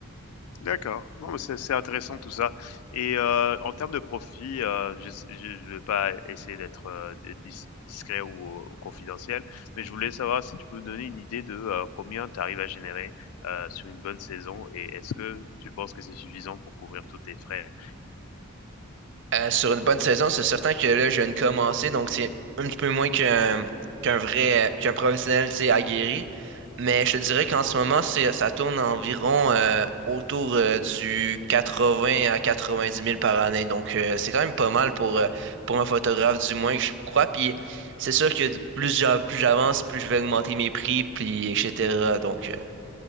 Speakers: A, on the left; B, on the right.
A: D'accord. Non, mais c'est c'est intéressant tout ça et heu, en termes de profit, heu, je ne vais pas essayer d'être, heu, de dis discret ou, heu, ou confidentiel, mais je voulais savoir si tu peux me donner une idée de, heu, combien tu arrives à générer, heu, sur une bonne saison et est-ce que tu penses que c'est suffisant pour couvrir tous tes frais?
B: Euh, sur une bonne saison, c'est certain que là, je viens de commencer, donc c'est un petit peu moins qu'un qu'un vrai, qu'un professionnel, tu sais, aguerri. Mais je te dirais qu'en ce moment, c'est, ça tourne environ euh, autour euh, du 80 à quatre-vingt-dix mille par année. Donc, euh, c'est quand même pas mal pour, euh, pour un photographe, du moins, je crois. Puis, c'est sûr que de- plus j'a- plus j'avance, plus je vais augmenter mes prix, puis etc. Donc, euh,